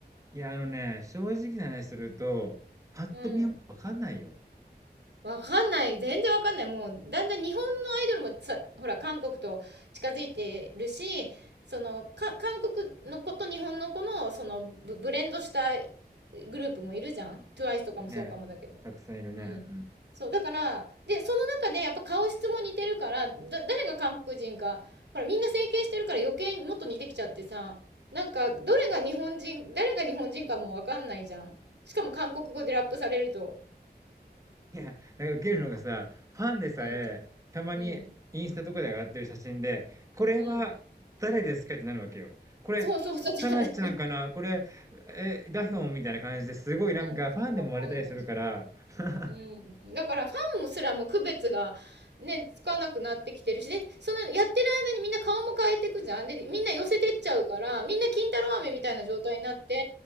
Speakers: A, on the right; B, on the right.
A: いや、あのね、正直な話すると、パッと見はもうわかんないよ。
B: うん。わかんない。全然わかんない。もう、だんだん日本のアイドルもさ、ほら、韓国と近づいてるし、その、か、韓国の子と日本の子の、その、ブ、ブレンドしたグループもいるじゃん ?TWICE
A: いるね。
B: とかもそうかもだけど。
A: たくさんいるね。
B: うん。
A: うん。
B: そう、だから、で、その中でやっぱ顔質も似てるから、だ、誰が韓国人か、ほら、みんな整形してるから余計にもっと似てきちゃってさ、なんか、どれが日本人、誰が日本人かもわかんないじゃん。しかも韓国語でラップされると。
A: いや、なんかウケるのがさ、ファンでさえ、
B: うん、
A: たまにインスタとかで上がってる写真で、
B: うん、
A: これは誰ですかってなるわけよ。
B: うん。
A: これ、
B: そうそうそう。
A: サナちゃんかなこれ、
B: じゃ <laughs> う
A: え、ダヒョンみたいな感じですごいなんかファンでも割れたりするから。
B: ん、そう、わかんないし。
A: <laughs>
B: うん。だからファンもすらも区別がね、つかなくなってきてるし、で、そのやってる間にみんな顔も変えていくじゃん。で、みんな寄せてっちゃうから、みんな金太郎飴みたいな状態になって、